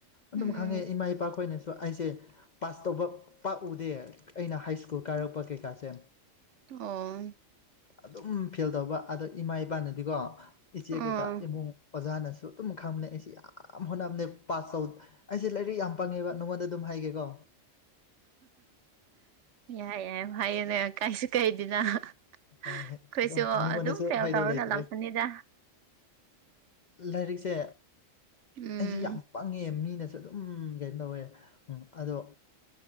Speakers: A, on the left; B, on the right.
A: ꯑꯗꯨꯝ
B: ꯎꯝ
A: ꯈꯪꯉꯦ ꯏꯃꯥ ꯏꯄꯥ ꯈꯣꯏꯅꯁꯨ ꯑꯗꯣ ꯑꯩꯁꯦ ꯄꯥꯁ ꯇꯧꯕ ꯄꯥꯛꯎꯗꯦ ꯑꯩꯅ ꯍꯥꯏ ꯁ꯭ꯀꯨꯜ ꯀꯥꯔꯛꯄ ꯀꯩꯀꯥꯁꯦ
B: ꯑꯣ
A: ꯑꯗꯨꯝ ꯐꯦꯜ ꯇꯧꯕ ꯑꯗꯣ ꯏꯃꯥ ꯏꯄꯥꯅꯗꯤꯀꯣ ꯏꯆꯦ ꯀꯩꯀꯥ
B: ꯑꯣ
A: ꯏꯃꯨꯡ ꯑꯣꯖꯥꯅꯁꯨ ꯑꯗꯨꯝ ꯈꯪꯕꯅꯦ ꯑꯩꯁꯤ ꯌꯥꯝ ꯍꯣꯠꯅꯕꯅꯦ ꯄꯥꯁ ꯇꯧ ꯑꯩꯁꯦ ꯂꯥꯏꯔꯤꯛ ꯌꯥꯝ ꯄꯪꯉꯦꯕ ꯅꯉꯣꯟꯗ ꯑꯗꯨꯝ ꯍꯥꯏ ꯍꯥꯏꯒꯦꯀꯣ
B: ꯌꯥꯏ ꯌꯥꯏ ꯍꯥꯏꯌꯣꯅꯦ ꯀꯥꯏꯁꯨ ꯀꯥꯏꯗꯦꯅ ꯑꯩꯈꯣꯏꯁꯨ
A: ꯍꯣꯏ ꯑꯗꯨꯝ ꯃꯤꯉꯣꯟꯗꯁꯨ
B: ꯑꯗꯨꯝ ꯐꯦꯜ
A: ꯍꯥꯏꯗꯧ
B: ꯇꯧꯔꯒ
A: ꯂꯩꯇ꯭ꯔꯦ
B: ꯂꯥꯛꯄꯅꯤꯗ
A: ꯂꯥꯏꯔꯤꯛꯁꯦ
B: ꯎꯝ
A: ꯑꯩꯁꯦ ꯌꯥꯝ ꯄꯪꯉꯦ ꯃꯤꯅ ꯑꯗꯨꯝ ꯀꯩꯅꯣ ꯇꯧꯋꯦ ꯎꯝ ꯑꯗꯣ